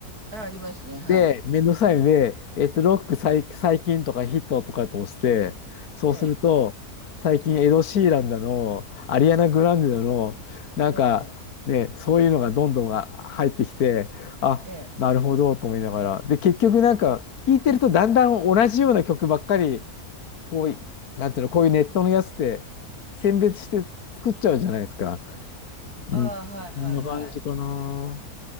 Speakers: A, on the right (about 80°); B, on the left (about 75°).
A: あ、ありますね、はい。
B: で、めんどくさいので、えっと、ロック最、最近とかヒットとかこ押して、そうすると、
A: ええ、
B: 最近エド・シーランだの、アリアナ・グランデだの、なんかね、
A: ええ、
B: そういうのがどんどんが入ってきて、あ、
A: ええ、
B: なるほどと思いながら。で、結局なんか、聞いてるとだんだん同じような曲ばっかり、こうい、なんていうの、こういうネットのやつって選別して作っちゃうじゃないですか。うん。
A: ああ、
B: こんな感じかな。
A: はいはいはい。